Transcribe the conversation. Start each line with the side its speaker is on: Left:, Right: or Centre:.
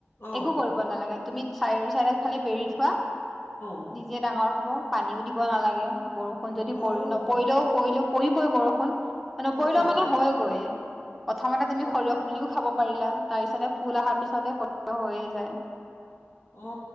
Left: অ
Centre: একো কৰিব নালাগে। তুমি চাৰিও চাৰে খালি বেৰি থোৱা
Left: অ
Centre: নিজে ডাঙৰ হ'ব। অহ পানীও দিব নালাগে, বৰষুণ যদি
Left: অ',
Centre: পৰি নপৰিলেও পৰিলেও পৰিবই বৰষুণ নপৰিলেও
Left: অ',
Centre: মানে হয়গৈয়ে। প্ৰথমতে তুমি
Left: অ',
Centre: সৰিয়হ পুলিও খাব পাৰিলা তাৰ পিছতে ফুল আহাৰ পিছতে সৰিয়হ হৈয়ে যায়।
Left: অ